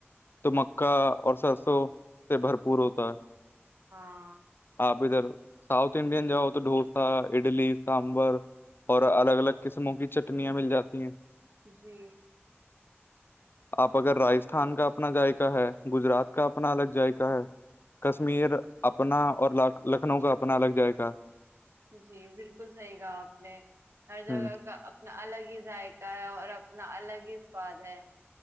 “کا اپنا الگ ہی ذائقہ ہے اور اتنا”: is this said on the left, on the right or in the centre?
Right